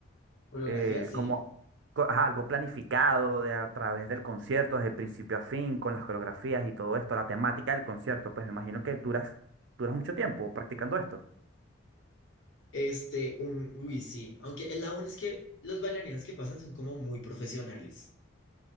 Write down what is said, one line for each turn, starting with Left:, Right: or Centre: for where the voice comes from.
Left: Coreografía,
Right: eh,
Left: sí.
Right: como co- ajá, algo planificado de a través del concierto, desde principio a fin, con las coreografías y todo esto, la temática del concierto, pues me imagino que duras, duras mucho tiempo practicando esto.
Left: Este, un, uy, sí. Aunque el lado bueno es que los bailarines que pasan son como muy profesionales.